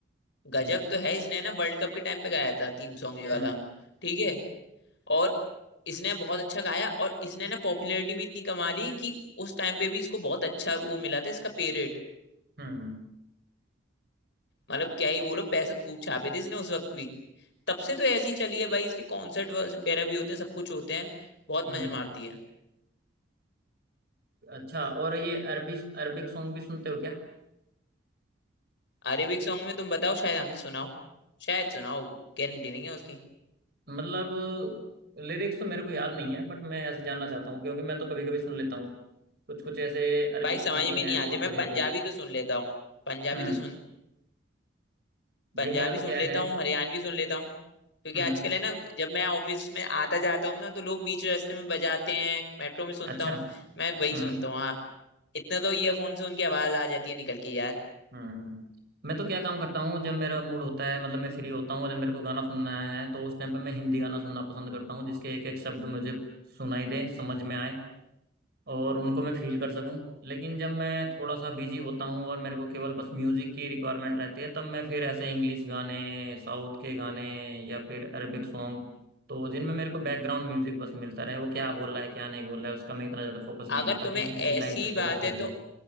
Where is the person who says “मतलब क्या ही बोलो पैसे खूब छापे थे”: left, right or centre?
Left